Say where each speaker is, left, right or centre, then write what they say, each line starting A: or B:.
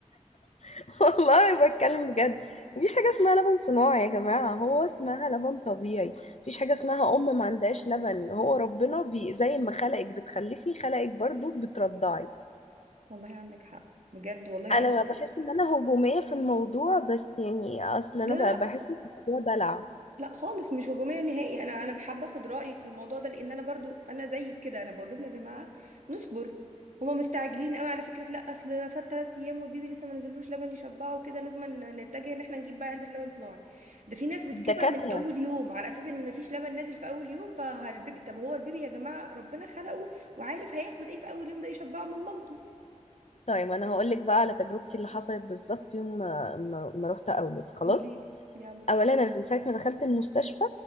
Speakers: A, on the left (about 55°); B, on the right (about 75°).
A: <laughs> والله بتكلم بجد مفيش حاجة اسمها لبن صناعي يا جماعة هو اسمها لبن طبيعي مفيش حاجة اسمها أم ما عندهاش لبن هو ربنا بي زي ما خلقك بتخلفي خلقك برضو بترضعي
B: والله عندك حق بجد والله
A: انا
B: انا
A: بحس ان انا هجومية في الموضوع بس يعني اصل انا
B: لا لا
A: ب- بحس ان الموضوع دلع
B: لا خالص مش هجوميه نهائي انا انا بحب اخد رايك في الموضوع ده لان انا برضو انا زيك كده انا بقول لهم يا جماعه نصبر هما مستعجلين قوي على فكره لا اصل ده فات ثلاث ايام والبيبي لسه ما نزلوش لبن يشبعه وكده لازم ن- نتجه ان احنا نجيب بقى علبه لبن صناعي ده في ناس بتجيبها
A: الدكاترة
B: من اول يوم على اساس ان ما فيش لبن نازل في اول يوم فالبيبي طب هو البيبي يا جماعه ربنا خلقه وعارف هياخد ايه في اول يوم ده يشبعه من مامته
A: طيب انا هقول لك بقى على تجربتي اللي حصلت بالظبط يوم ما ما ما رحت اولد خلاص
B: قولي لي يلا
A: اولا انا من ساعة ما دخلت المستشفى